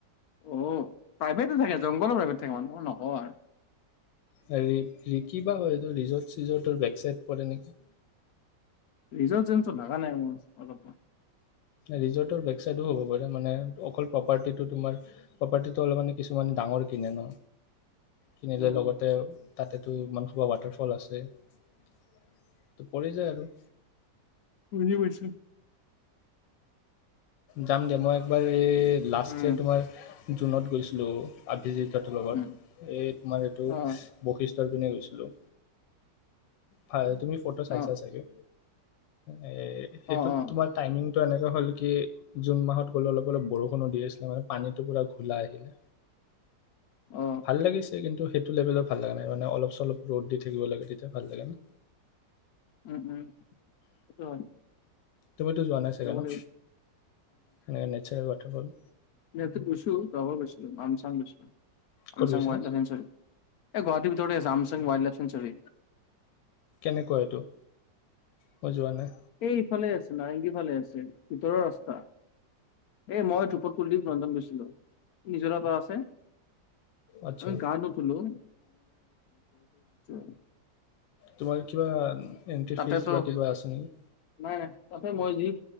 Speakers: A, on the left; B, on the left.
A: অহ। প্ৰাইভেটে থাকে, জংঘলৰ প্ৰাইভেট থাকে মানুহৰ নহয় আৰু
B: হেৰি কি বা হয় এইটো ৰিজৰ্ট চিজৰ্টৰ বেক চাইট পৰে নেকি?
A: ৰিজৰ্ট চিজৰ্ট যেন লগা নাই মোৰ অলপমান।
B: ৰিজৰ্টৰ বেকচাইডো হ'ব পাৰে মানে অকল প্ৰপাৰ্টিটো তোমাৰ প্ৰপাৰ্টিটো অলপ মানে কিছুমানে ডাঙৰ কিনে ন! কিনিলে
A: উম,
B: লগতে আৰু তাতেতো ইমান সোপা ৱাটাৰফল আছে ত পৰি যায় আৰু
A: বুজি পাইছো
B: যাম দে মই একবাৰ এই লাষ্ট
A: উম,
B: ইয়েৰ তোমাৰ জুনত গৈছিলোঁ। আত ভিজিটৰতো লগত,
A: উম,
B: এই তোমাৰ এইটো
A: অ',
B: বৈশিষ্ট ষ্টৰ পিনে গৈছিলোঁ। হয় তুমি ফ'টো চাইছা
A: অ',
B: চাগে এ সেইটোত
A: অ', অ',
B: তোমাৰ টাইমিং টো এনেকা হ'ল কি জুন মাহত গ'লো অলপ অলপ বৰষুণো দি আছিলে মানে পানীটো পুৰা ঘোলা আহিলে
A: অ',
B: ভাল লাগিছে কিন্তু সেইটো লেভেলত ভাল লগা নাই মানে অলপ চলপ ৰ'দ দি থাকিব লাগে তেতিয়া ভাল লাগে ন
A: উম উম সেইটো হয়
B: তুমিতো যোৱা নাই চাগে
A: যাব
B: ন
A: লাগিব
B: সেনেকে নেচাৰেল ৱাটাৰ ফুটবল
A: মে ইয়াতে বচু বাবা বইচল আম চান বছিলিলো আমচং
B: ক'ত গৈছিলা
A: ৱাইল্ড লাইফ চেনচুৰী এই গুৱাহাটীৰ ভিতৰতে আছে আমচং ৱাইল্ড লাইফ চেনচুৰী
B: কেনেকুৱা এইটো মই যোৱা নাই
A: এই ইফালে আছে। নাৰেংগীৰ ফালে আছে ভিতৰৰ ৰাস্তা এ মই ধূপত কুলদ্বীপ ৰঞ্জন গৈছিলো নিজৰা পাৰ আছে।
B: আচ্ছা
A: আমি গা নুধুলু <inaudible>
B: তোমাৰ কিবা এন্ট্ৰি
A: তাতে
B: ফিজ
A: তো
B: বা কিবা আছে নেকি?
A: নাই নাই তাতে মই যি